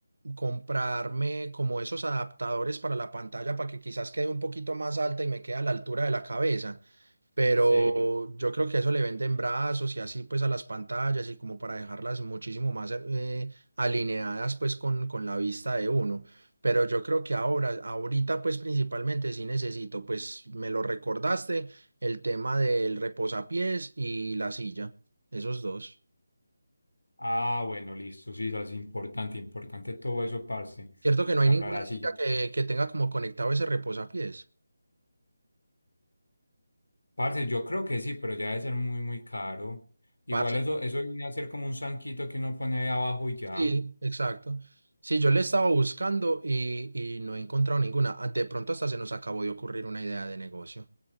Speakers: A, on the right; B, on the left.
A: comprarme como esos adaptadores para la pantalla para que quizás quede un poquito más alta y me quede a la altura de la cabeza. Sí. Pero
B: Sí.
A: yo creo que eso le venden brazos y así pues a las pantallas y como para dejarlas muchísimo más eh, alineadas pues con, con la vista de uno. Pero yo creo que ahora, ahorita pues principalmente sí necesito, pues me lo recordaste el tema del reposapiés y la silla, esos dos.
B: Ah, bueno, listo, sí, eso es importante, importante todo eso, parce,
A: Cierto que no
B: para
A: hay ninguna
B: la silla.
A: silla que, que tenga como conectado ese reposapiés.
B: Parce, yo creo que sí, pero ya debe ser muy, muy caro. Igual
A: Parce.
B: eso, eso viene a ser como un zanquito que uno pone ahí abajo y ya.
A: Sí, exacto. Sí, yo le estaba buscando y, y no he encontrado ninguna. Ah, De pronto hasta se nos acabó de ocurrir una idea de negocio.